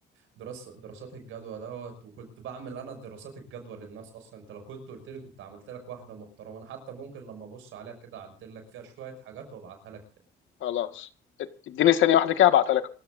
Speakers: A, on the right (about 85°); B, on the left (about 80°).
A: الدراسه دراسات الجدوى دوت وكنت بعمل انا دراسات الجدوى للناس اصلا انت لو كنت قلت لي كنت عملت لك واحده محترمه انا حتى ممكن لما ابص عليها كده اعدل لك فيها شويه حاجات وابعتها لك
B: خلاص اديني ثانيه واحده كده هبعتها لك